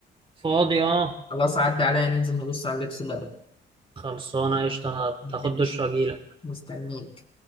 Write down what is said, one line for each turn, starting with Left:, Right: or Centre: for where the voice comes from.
Right: فاضي اه
Left: خلاص عدى عليا ننزل نبص على اللبس الأول
Right: خلصانه قشطه هاخد
Left: ماشي
Right: دش واجيلك
Left: مستنيك